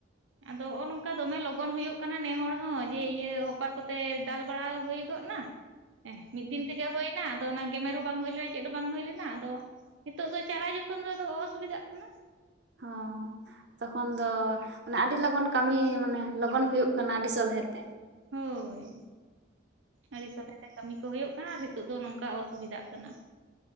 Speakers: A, on the right (about 80°); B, on the right (about 60°).
A: ᱟᱫᱚ ᱱᱚᱜ ᱱᱚᱝᱠᱟ ᱫᱚᱢᱮ ᱞᱚᱜᱚᱱ ᱦᱩᱭᱩᱜ ᱠᱟᱱᱟ ᱱᱮ ᱦᱚᱲ ᱦᱚᱸ ᱡᱮ ᱤᱭᱟᱹ ᱦᱚᱯᱟᱨ ᱠᱚᱛᱮ ᱫᱟᱞ ᱵᱟᱲᱟ ᱦᱩᱭ ᱜᱚᱫ ᱮᱱᱟ,
B: <inaudible>
A: ᱦᱮᱸ ᱢᱤᱫ ᱫᱤᱱ ᱛᱮᱜᱮ ᱦᱩᱭ ᱮᱱᱟ ᱟᱫᱚ ᱚᱱᱟ ᱜᱮᱢᱮᱨ ᱦᱚᱸ ᱵᱟᱝ ᱦᱩᱭ ᱞᱮᱱᱟ ᱪᱮᱫ ᱦᱚᱸ ᱵᱟᱝ ᱦᱩᱭ ᱞᱮᱱᱟ ᱟᱫᱚ ᱱᱤᱛᱚᱜ ᱫᱚ ᱪᱟᱨᱟ ᱡᱚᱠᱷᱚᱱ ᱨᱮᱫᱚ ᱚᱥᱩᱵᱤᱫᱷᱟᱜ ᱠᱟᱱᱟ
B: ᱦᱚᱸ ᱛᱚᱠᱷᱚᱱ ᱫᱚ ᱢᱟᱱᱮ ᱟᱹᱰᱤ ᱞᱚᱜᱚᱱ ᱠᱟᱹᱢᱤ ᱢᱟᱱᱮ ᱞᱚᱜᱚᱱ ᱦᱩᱭᱩᱜ ᱠᱟᱱᱟ ᱟᱹᱰᱤ ᱥᱚᱞᱦᱮ ᱛᱮ
A: ᱦᱳᱭ ᱟᱹᱰᱤ ᱥᱚᱞᱦᱮ ᱛᱮ ᱠᱟᱹᱢᱤ ᱠᱚ ᱦᱩᱭᱩᱜ ᱠᱟᱱᱟ ᱟᱨ ᱱᱤᱛᱚᱜ ᱫᱚ ᱱᱚᱝᱠᱟ ᱚᱥᱩᱵᱤᱫᱷᱟᱜ ᱠᱟᱱᱟ